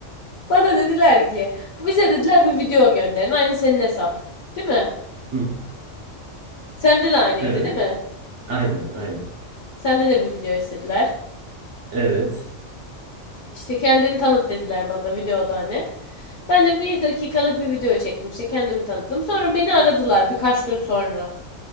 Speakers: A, on the left (about 40°); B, on the right (about 65°).
A: Bana dediler ki bize dediler bir video gönderin. Aynı senin hesap. Değil mi?
B: Hı.
A: Sende de aynıydı
B: Evet.
A: değil mi?
B: Aynen aynen.
A: Sende de bir video istediler.
B: Evet.
A: İşte kendini tanıt dediler bana da videoda hani. Ben de bir dakikalık bir video çektim. İşte kendimi tanıttım. Sonra beni aradılar birkaç gün sonra.